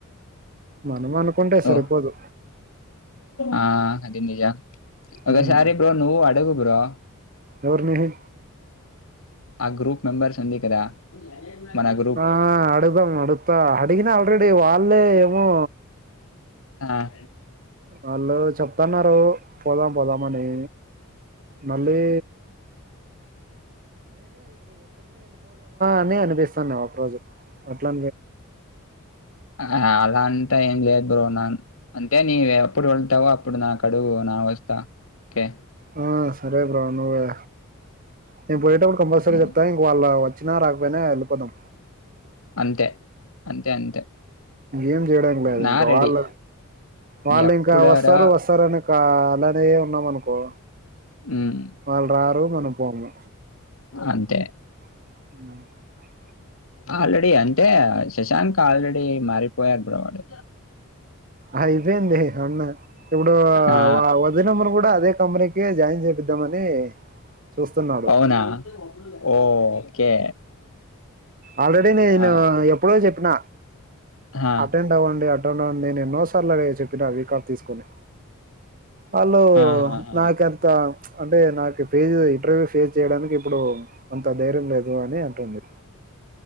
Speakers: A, on the right; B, on the left.
A: మనం అనుకుంటే సరిపోదు
B: ఓ ఆ అది నిజ ఒక
A: ఉమ్,
B: సారీ బ్రో నువ్వు అడుగు బ్రో
A: ఎవరిని
B: ఆ గ్రూప్ మెంబర్స్ అంది కదా మన గ్రూప్
A: ఆ అడుదాం అడుగుతా అడిగినా ఆల్రెడీ వాళ్ళే ఏమో
B: ఆ ఆ
A: వాళ్ళు చెప్తున్నారు పోదాం పోదామని మళ్ళీ అనే అనిపిస్తున్నా ఒక రోజు అట్లా
B: ఆ అలా అంటా ఏం లేదు బ్రో నా అంతే నవ ఎప్పుడు వెళ్తావో అప్పుడు నా కడువు నా వస్తా కే
A: ఆ, సరే బ్రో నువ్వే నేను పోయేటప్పుడు కంపల్సరీ
B: ఉమ్,
A: చెప్తా ఇంక వాళ్ళ వచ్చినా రా పోయిన ఏళ్లిపోదాం
B: అంతే అంతే అంతే
A: ఏం చేయడానికి
B: నా
A: ఇంకా
B: రెడీ
A: వాళ్ళ వాళ్ళు
B: ఎప్పుడరా
A: ఇంకా వస్తారు వస్తారు అని ఇంకా అలానే ఉన్నాం అనుకో
B: మ్మ్
A: వాళ్ళు రారు మనం పోము
B: అంతే
A: అ
B: ఆల్రెడీ అంటే శశాంక్ ఆల్రెడీ మారిపోయారు బ్రో వాడు
A: ఆ అయ్యిపోయింది అన్న ఇప్పుడు
B: ఆ
A: వర్క్ హోమ్ కూడా అదే కంపెనీ క జాయిన్ చేపిద్దామని చూస్తున్నాడు
B: అవునా ఓ కే
A: ఆల్రెడీ నేను
B: ఆ
A: ఎప్పుడో చెప్పిన
B: ఆ!
A: అటెండ్ అవ్వండి అటెండ్ అవ్వండి నేను ఎన్నోసార్లు అ చెప్పినా వీకా ఆఫ్ తీసుకుని వాళ్ళు
B: ఆ! ఆహాహా!
A: నాకంత అంటే నాకు ఫేస్ ఇంటర్వ్యూ ఫేస్ చేయడానికి ఇప్పుడు అంత ధైర్యం లేదు అని అంటుంది